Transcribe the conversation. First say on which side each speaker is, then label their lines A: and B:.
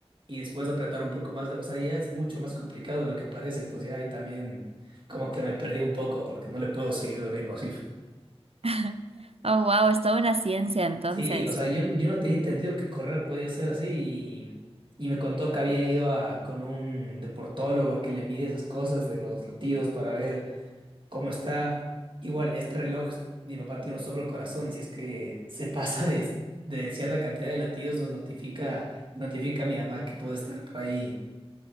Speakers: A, on the right; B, on the right.
A: y después apretar un poco más. O sea, ya es mucho más complicado de lo que parece. Entonces ya ahí también como que me perdí un poco porque no le puedo seguir el ritmo así.
B: <laughs> Oh, wow, es toda una ciencia entonces.
A: Sí, o sea, yo, yo no tenía entendido que correr podía ser así y, y me contó que había ido a, con un deportólogo a que le mide esas cosas de los latidos para ver cómo está. Igual, este reloj, mi papá tiene un sobre corazón, si es que se pasa de, de cierta cantidad de latidos, nos notifica, notifica a mi mamá que puede estar por ahí